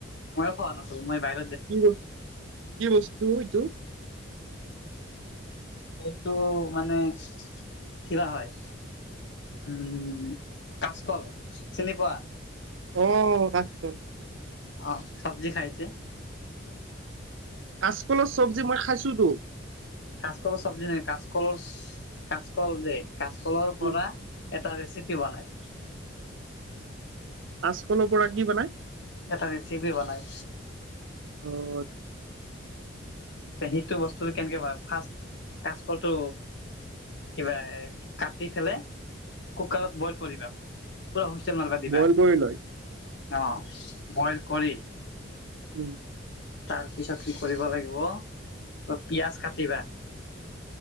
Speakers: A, on the left; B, on the right.
A: ময়ো খোৱা নাছিলো মই বাহিৰ
B: কি ব কি বস্তু এইটো?
A: সেইটো মানে কিবা হয়। উম, কাচকল চিনি পোৱা
B: অ' কাঁচকল
A: অ', চব্জি খাইছে।
B: কাচকলৰ চব্জী মই খাইছোতো।
A: কাচকলৰ চবজি কাচকলৰ কাচকল যে কাচকলৰ পৰা
B: উম,
A: এ ৰেচিপি বনাই
B: কাচকলৰ পৰা কি বনাই?
A: এটা ৰেচিপি বনাই
B: অঁ
A: সেইটো বস্তুটো কেনেকে প ফাৰ্ষ কচকলটো কিবা এ কাটি পেলে কুকাৰত বইল কৰিবা। পুৰা হুইচেল মাৰবা দিবা,
B: বইল কৰি লয়
A: অ', বইল কৰি
B: উম।
A: তাৰ পিছত কি কৰিব লাগিব, ত' পিয়াজ কাটিবা